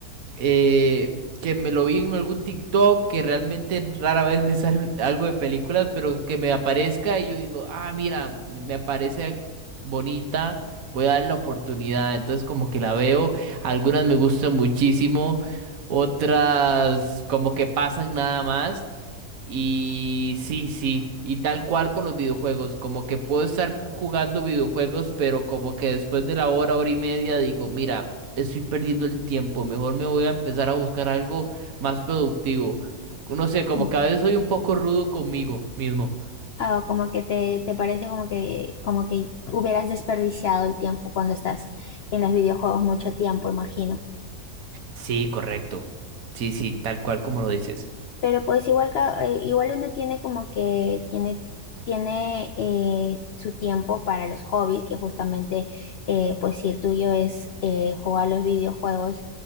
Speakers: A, on the right (about 65°); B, on the left (about 80°).
A: eh, que me lo vi en algún TikTok, que realmente rara vez me sale <laughs> algo de películas, pero que me aparezca y yo digo, ah, mira, me parece bonita, voy a darle la oportunidad, entonces como que la veo, algunas me gustan muchísimo, otras como que pasan nada más. Y sí, sí, y tal cual con los videojuegos, como que puedo estar jugando videojuegos, pero como que después de la hora, hora y media digo, mira, estoy perdiendo el tiempo, mejor me voy a empezar a buscar algo más productivo. No sé, como
B: Mm.
A: que a veces soy un poco rudo conmigo mismo.
B: Ah, o como que te, te parece como que, como que hubieras desperdiciado el tiempo cuando estás en los videojuegos mucho tiempo, imagino.
A: Sí, correcto. Sí, sí, tal cual como lo dices.
B: Pero pues igual, ca- eh, igual uno tiene como que tiene, tiene eh, su tiempo para los hobbies, que justamente eh, pues si el tuyo es eh, jugar los videojuegos